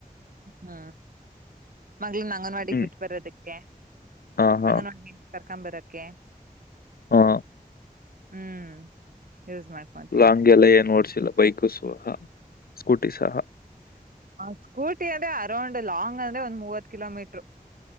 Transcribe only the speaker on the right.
ಹ್ಮ ಮಗಳನ ಅಂಗನವಾಡಿಗೆ
ಬಿಟ್ಟು ಬರೋದಕ್ಕೆ
ಅಂಗನವಾಡಿ ಇಂದ ಕರ್ಕೊಂಬರೋಕ್ಕೆ
ಹ್ಮ್ ಯೂಸ್ ಮಾಡ್ಕೊಂತೀನಿ
ಆ ಸ್ಕೂಟಿ ಅಂದ್ರೆ ಅರೌಂಡ್ ಲಾಂಗ್ ಅಂದ್ರೆ ಒಂದ್ ಮೂವತ್ ಕಿಲೋ ಮೀಟರು